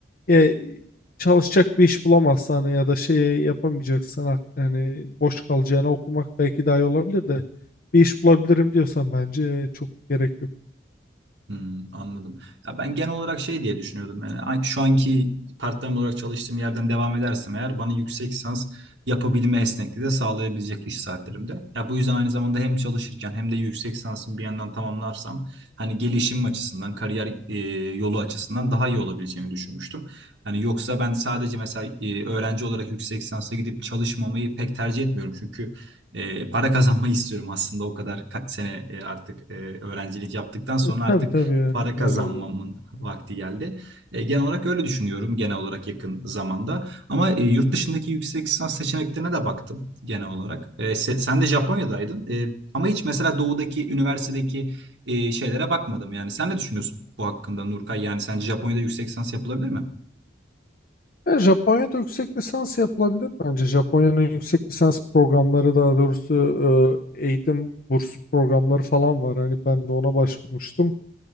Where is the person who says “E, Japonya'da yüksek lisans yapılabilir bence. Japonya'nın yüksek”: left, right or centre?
Left